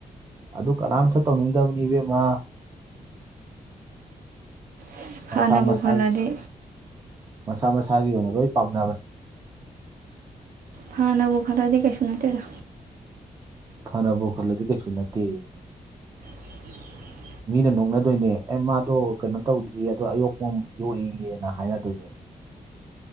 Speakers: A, on the right (about 25°); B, on the right (about 80°).
A: ꯑꯗꯨ ꯀꯅꯥꯝꯇ ꯇꯧꯅꯤꯡꯗꯕꯅꯤ ꯏꯕꯦꯝꯃꯥ
B: ꯑꯁ ꯐꯅꯕꯨ
A: ꯃꯁꯥ ꯃꯁꯥ
B: ꯈꯜꯂꯗꯤ
A: ꯃꯁꯥ ꯃꯁꯥꯒꯤ ꯑꯣꯏꯅ ꯂꯣꯏ ꯄꯥꯝꯅꯕꯅꯦ
B: ꯐꯅꯕꯨ ꯈꯜꯂꯗꯤ ꯀꯩꯁꯨ ꯅꯠꯇꯦꯗ
A: ꯐꯅꯕꯨ ꯈꯜꯂꯗꯤ ꯀꯩꯁꯨ ꯅꯠꯇꯦꯌꯦ
B: <inaudible>
A: ꯃꯤꯅ ꯅꯣꯛꯅꯗꯨꯏꯅꯦ ꯑꯦ ꯃꯥꯗꯣ ꯀꯩꯅꯣ ꯇꯧꯗꯤꯌꯦ ꯑꯗꯣ ꯑꯌꯣꯛꯄ ꯌꯣꯛꯏꯌꯦꯅ ꯍꯥꯏꯅꯗꯨꯏꯅꯦ